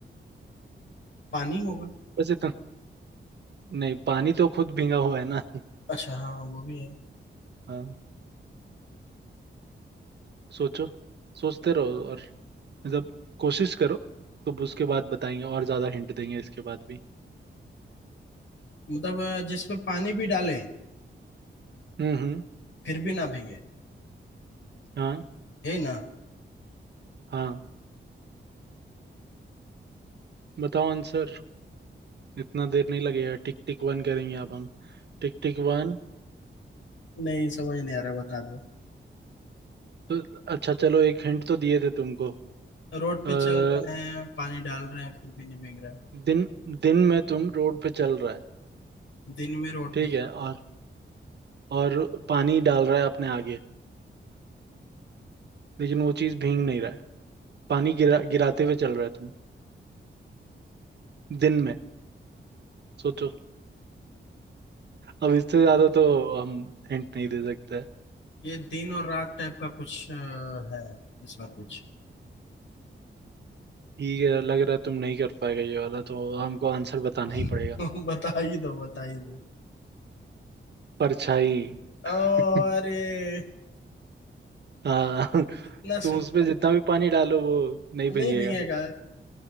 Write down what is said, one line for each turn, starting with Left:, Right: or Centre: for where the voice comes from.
Left: पानी होगा
Right: बस इतना नहीं पानी तो खुद भींगा हुआ है ना
Left: अच्छा हाँ वो भी है
Right: हाँ सोचो सोचते रहो और मतलब कोशिश करो तो उसके बाद बताएंगे और ज्यादा हिंट देंगे इसके बाद भी
Left: मतलब अ, जिसपे पानी भी डाले
Right: हम्म हम्म
Left: फिर भी ना भीगे
Right: हाँ
Left: यही ना
Right: हाँ बताओ आंसर इतना देर नहीं लगेगा टिक टिक वन करेंगे अब हम टिक टिक वन
Left: नहीं समझ नहीं आ रहा बता दो
Right: तो अच्छा चलो एक हिंट तो दिए थे तुमको
Left: रोड पे
Right: अ,
Left: चल रहे हैं पानी डाल रहे हैं फिर भी नहीं भीग रहा
Right: दिन दिन में तुम रोड पे चल रहा है
Left: है दिन में रोड
Right: ठीक
Left: पे चल
Right: है और और पानी डाल रहा है अपने आगे लेकिन वो चीज भींग नहीं रहा है पानी गिरा गिराते हुए चल रहा है तुम दिन में सोचो अब इससे ज्यादा तो हम हिंट नहीं दे सकते
Left: ये दिन और रात टाइप का कुछ अ, है इसमें कुछ
Right: ठीक है लग रहा है तुम नहीं कर पाएगा ये वाला तो हमको आंसर बताना
Left: <laughs>
Right: ही पड़ेगा
Left: बता ही दो बता ही दो
Right: परछाई
Left: और
Right: <laughs>
Left: ये
Right: हाँ
Left: इतना
Right: तुम
Left: सिंपल
Right: उसमें जितना भी पानी डालो वो नहीं
Left: नहीं
Right: भीगेगा
Left: भीगेगा